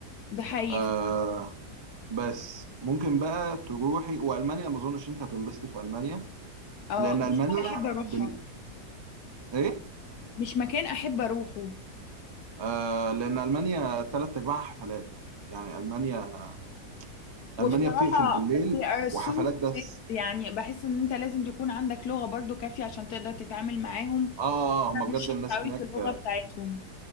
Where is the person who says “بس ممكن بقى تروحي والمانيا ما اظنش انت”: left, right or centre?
Right